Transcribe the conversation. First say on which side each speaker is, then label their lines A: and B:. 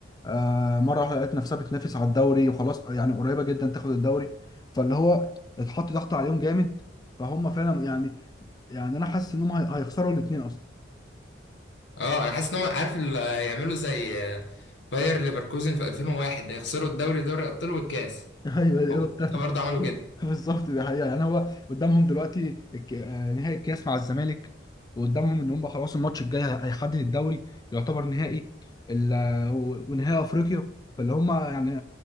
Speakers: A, on the left; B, on the left.
A: آه، مرة واحدة لقت نفسها بتنافس على الدوري وخلاص يعني قريبة جدا تاخد الدوري فاللي هو اتحط ضغط عليهم جامد فهم فعلا يعني يعني انا حاسس ان هم هي- هيخسروا الاثنين اصلا
B: اه انا حاسس ان هم عارف ال- يعملوا زي آه، باير ليفركوزن في 2001 هيخسروا الدوري دوري الابطال والكاس
A: <laughs> ايوه ايوه
B: هم
A: بتاع-
B: برضه عملوا
A: <laughs>
B: كده
A: بالظبط دي حقيقة يعني هو قدامهم دلوقتي الك- آه، نهائي الكاس مع الزمالك وقدامهم ان هم خلاص الماتش الجاي هي- هيحدد الدوري يعتبر نهائي ال- آه، و- ونهائي افريقيا فاللي هم يعني